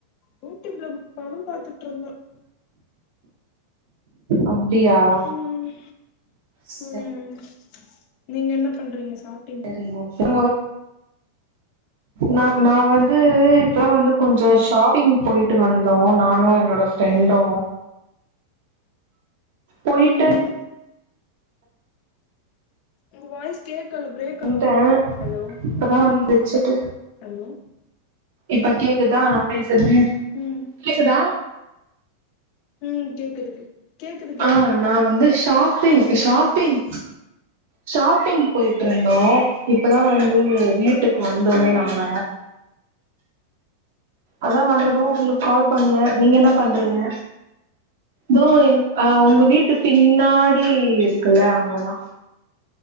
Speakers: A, on the left; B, on the right.
A: யூடியூப்ல படோ பாத்துட்டு இருந்த
B: அப்டியா
A: ம்
B: சரி
A: ம் நீங்க என்ன பண்றீங்க சாப்
B: சரி ஓகே நா நா வந்து இப்பதா வந்து கொஞ்சோ ஷாப்பிங் போயிட்டு வந்தோ நானு என்னோட ஃப்ரெண்ட்டு போயிட்டு
A: ம் உங்க வாய்ஸ் கேக்கல பிரேக்
B: வந்த
A: ஆகுது ஹலோ
B: இப்பதா வந்து வச்சுட்டு
A: ஹலோ
B: இப்ப கேக்குதா நா பேசுறது
A: ம்
B: கேக்குதா
A: ம் கேக்குது கே கேக்குது கேக்குது
B: ஆ நா வந்து ஷாப்பிங் ஷாப்பிங் ஷாப்பிங் போயிட்டு இருந்தோ இப்பதா வந்து வீட்டுக்கு வந்தோமே
A: ம்
B: நாங்க அதா
A: எங்க
B: வந்ததும்
A: போனீங்க
B: உங்களுக்கு
A: ஷாப்பிங்
B: கால் பண்ண நீங்க என்ன பண்றீங்க தோ எங் அ உங்க வீட்டு பின்னாடி இருக்குல்ல அங்கதா